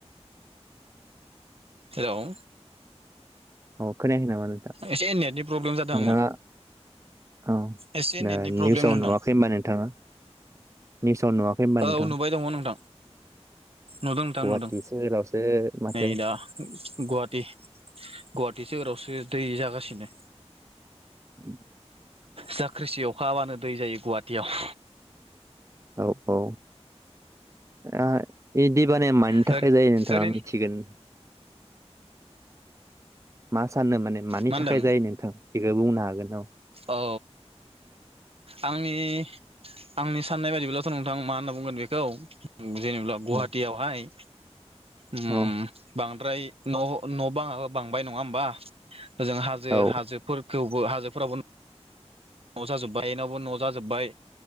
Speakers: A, on the right (about 60°); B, on the right (about 25°).
A: हेल'
B: अ खोनायाखै नामा नोंथां
A: एसे नेटनि प्रब्लेम जादों
B: नोंथांङा
A: आंना
B: औ
A: एसे नेटनि
B: दा
A: प्रब्लेम
B: निउसाव
A: नोंथां
B: नुवाखै होनबा नोंथाङा निउसाव नुवा खै होनबा नोंथां
A: औ नुबाय दङ नोंथां नुदों नोंथां
B: गुवाहाटि
A: नुदों
B: सोहोरावसो माथो
A: नै दा गुवाहाटि गुवाहाटि सोहोरावसो दै जागासिनो
B: <unintelligible>
A: जा ख्रिसि अखा हाबानो दै जायो गुवाहाटियाव
B: औ औ दा दै बानाया मा नि
A: ओरैनो
B: थाखाय जायो नोंथाङा मिथिगोन मा सानो माने मानि
A: मा होनदों
B: थाखाय जायो नोंथां बेखौ बुंनो हागोन नामा?
A: औ आं नि आंनि साननाय बायदिब्लाथ' नोंथां मा होनना बुंगोन बेखौ जेन'ब्ला गुवाहाटियावहाय
B: औ
A: ओम
B: औ
A: बांद्राय न' न' बाङाबो बांबाय नंङा होमबा ओजों हाजो
B: औ
A: हाजोफोरखौबो हाजोफोरावबो न'जाजोब्बाय बयनावबो न'जाजोबबाय